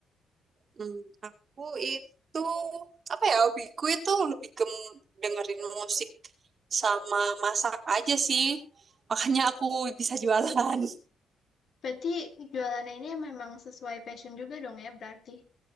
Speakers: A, on the right; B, on the left.
A: Hmm, aku itu apa ya? Hobiku itu lebih ke m- dengerin musik sama masak aja sih. Makanya aku bisa jualan.
B: Berarti jualannya ini memang sesuai passion juga dong ya berarti.